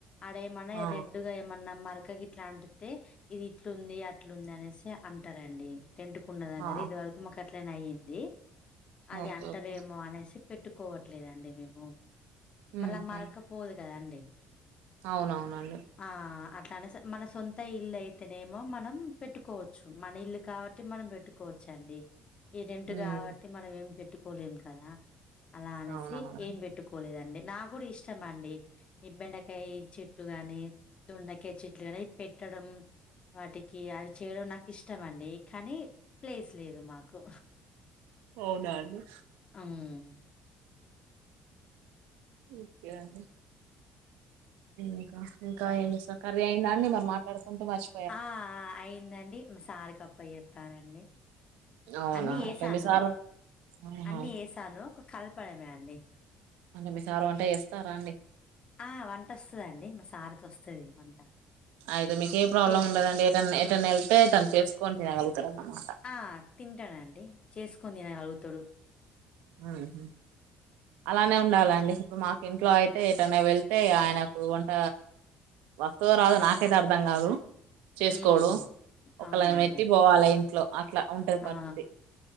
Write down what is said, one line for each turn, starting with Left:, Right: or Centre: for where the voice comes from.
Left: ఆడ ఏమన్నా
Right: ఆ
Left: రెడ్గా ఏమన్నా మరక గి ఇట్లా అంటితే ఇది ఇట్లుంది అట్లుంది అనేసి అంటారండి టెంట్ కున్న దగ్గర
Right: ఆ
Left: ఇది వరకు క్కుమ కట్లనే అయ్యింది అది
Right: ఓకే
Left: అంటరేమో
Right: ఓకే
Left: అనేసి పెట్టుకోవట్లేదండి మేము
Right: ఉహు
Left: మళ్ళా మరొక పోదు కదా అండి
Right: అవునవునండి
Left: ఆ అట్లానే మన సొంత ఇల్లు అయితేనేమో మనం పెట్టుకోవచ్చు మన ఇల్లు కాబట్టి మనం పెట్టు కోచండి ఈ రెంట్
Right: ఉమ్
Left: కాబట్టి మనం ఏం పెట్టుకోలేం కదా అలా అనేసి
Right: అవునవును
Left: ఏం పె పట్టుకోలేదండి నా కూడా ఇష్టం అండి ఈ బెండకాయ చెట్టు గాని దుండకాయ చెట్లు గాని అది పెట్టడం వాటికి అవి చేయడం నాకు ఇష్టమండి కానీ ప్లేస్ లేదు మాకు
Right: అవునండి
Left: అమ్
Right: ఓకే అండి ఇంకా ఇంకా ఏం చేస్తారు కర్రీ అయిిందాండి మరి మాట్లాడుకుంటూ మర్చి
Left: ఆ అయిందండి మా సారికప్ప చెప్పారండి
Right: అవునా
Left: అన్ని వేసాను
Right: అంటే మీ సారు ఆహా
Left: అన్ని వేసాను ఒక కలపడమే అండి
Right: అంటే మీ సారు వంట చేస్తారా అండి
Left: ఆ వంట వస్తదండి మా సార్కోస్తది వంట
Right: అయితే మీకు ఏ ప్రాబ్లం
Left: చే
Right: ఉండదండి ఎటన్న ఎటన్నా వెళ్తే తను చేసుకొని తినగలుగుతారన్నమాట,
Left: ఆ! తింటాడండి చేసుకుని తినగలుగుతాడు
Right: మ్మ్ అలానే ఉండాలండి ఇప్పుడు మాకు ఇంట్లో అయితే ఏటన్న వెళ్తే ఆయనకు వంట వస్తదో రాదో నాకైతే అర్ధం కాదు, చేసుకోడు
Left: హ్మ్.
Right: ఒకళని
Left: అవునండి.
Right: పెట్టి పోవాలా ఇంట్లో అట్లా, ఉంటది పరిస్థితి
Left: ఆ